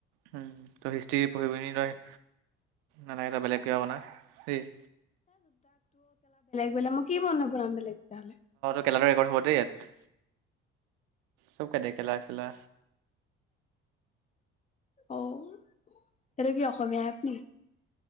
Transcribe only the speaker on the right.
তই হিষ্ট্ৰি পঢ়িব পিনি তই, নালাগে তই বেলেগ কিবা বনা দেই।
কেলেণ্ডাৰ ৰেকৰ্ড হ'ল দেই ইয়াত। চব কৈ দে <unintelligible> -চেলা।